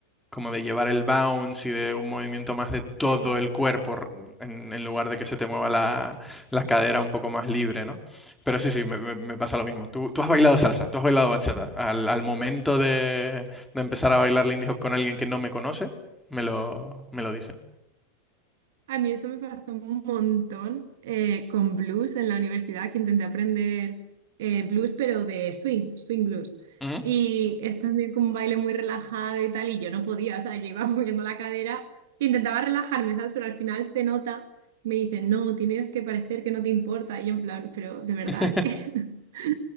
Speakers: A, in the centre; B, on the right.
A: como de llevar el bounce y de un movimiento más de todo
B: Sí.
A: el cuerpo r- en, en lugar de que se te mueva la, la cadera un poco más libre, ¿no? Pero sí, sí, me, me- me pasa lo mismo. ¿Tú, tú has bailado salsa, tú has bailado bachata. Al, al momento de, de empezar a bailar Lindy Hop con alguien que no me conoce, me lo, me lo dicen.
B: A mí esto me pasó un montón eh, con blues en la universidad, que intenté aprender eh, blues, pero de swing, swing blues.
A: Ujú.
B: Y es también como un baile muy relajado y tal, y yo no podía, o sea, yo iba <laughs> moviendo la cadera, intentaba relajarme, ¿sabes? Pero al final se nota, me dicen, no, tienes que parecer que no te importa, y yo en plan, pero de verdad
A: <laughs>
B: que, <laughs>